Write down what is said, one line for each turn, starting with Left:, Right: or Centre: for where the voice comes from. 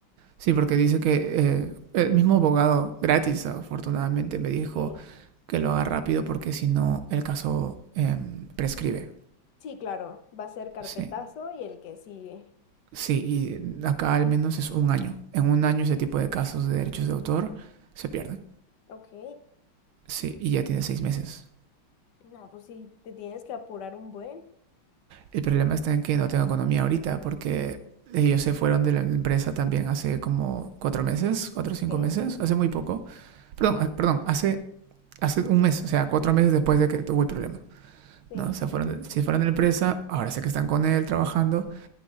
Right: sí, porque dice que eh, el mismo abogado, gratis afortunadamente, me dijo
Left: ok.
Right: que lo haga rápido porque si no el caso em, prescribe.
Left: Sí, claro. Va a ser carpetazo
Right: Sí,
Left: y el que sigue.
Right: sí, y acá al menos es un año. En un año ese tipo de casos de derechos de autor se pierden.
Left: Ok.
Right: Sí, y ya tiene seis meses.
Left: No, pues sí, te tienes que apurar un buen.
Right: El problema está en que no tengo economía ahorita porque ellos se fueron de la empresa también hace como cuatro meses, cuatro o cinco
Left: Ok.
Right: meses, hace muy poco. Perdón, ah, perdón, hace, hace un mes, o sea, cuatro meses después de que tuvo el problema.
Left: Sí,
Right: ¿no? Se fueron de, se fueron de la empresa, ahora sé que están con él trabajando,